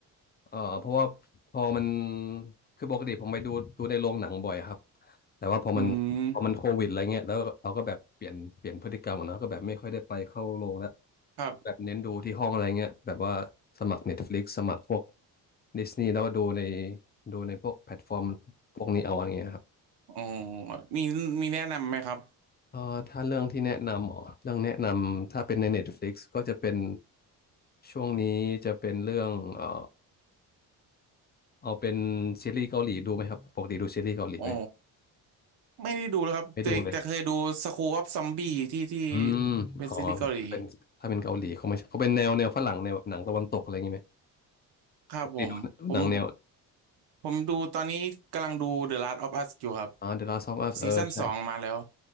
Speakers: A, on the left (about 25°); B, on the right (about 75°).
A: เออเพราะว่าพอมันคือปกติผมไปดูดูในโรงหนังบ่อยครับแต่ว่าพอมันพอมันโควิดอะไรเงี้ยแล้วเราก็แบบเปลี่ยนเปลี่ยนพฤติกรรมขอะเนาะก็แบบไม่ค่อยได้ไปเข้าโรงแล้ว
B: อืมครับ
A: แบบเน้นดูที่ห้องอะไรเงี้ยแบบว่าสมัคร Netflix สมัครพวกดิสนีย์แล้วก็ดูในดูในพวกแพลตฟอร์มพวกนี้เอาอย่างเงี้ยครับ
B: อ๋อมีมีแนะนำไหมครับ
A: เออถ้าเรื่องที่แนะนำอ๋อเรื่องแนะนำถ้าเป็นใน Netflix ก็จะเป็นช่วงนี้จะเป็นเรื่องเออ เอาเป็นซีรีส์เกาหลีดูไหมครับปกติดูซีรีส์เกาหลีไหม
B: อ๋อไม่ได้ดูเลยครับแต่แต่เคยดู
A: ไม่ดูเลย
B: School of Zombie ที่ที่
A: อืมอ๋อถ้าเป็นถ้าเป็นเกาหลีเขาไม่ใช่เขาเป็นแนวแนวฝรั่งแนวแบบหนังตะวันตกอะไรอย่างงี้ไหม
B: เป็นซีรีส์เกาหลีครับผมผม
A: ปกติดูดูหนังแนว
B: ผมดูตอนนี้กำลังดู The Last of Us อยู่ครับ
A: อ่า The Last of Us เออใช่
B: ซีซั่นสองมาแล้ว